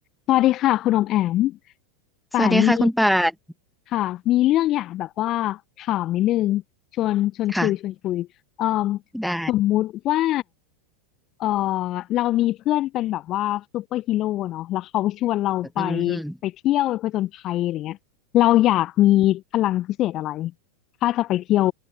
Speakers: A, on the left; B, in the centre.
A: สวัสดีค่ะคุณอมแอมป่านมี
B: สวัสดีค่ะคุณป่าน
A: ค่ะมีเรื่องอยากแบบว่าถามนิดนึงชวนชวนคุยชวนคุยเอ่ม
B: ค่ะได้
A: สมมุติว่าเอ่อเรามีเพื่อนเป็นแบบว่าซูเปอร์ฮีโร่เนาะแล้วเขาชวนเราไป
B: อืมอืม
A: ไปเที่ยวไปผจญภัยอะไรเงี้ยเราอยากมีพลังพิเศษอะไรถ้าจะไปเที่ยว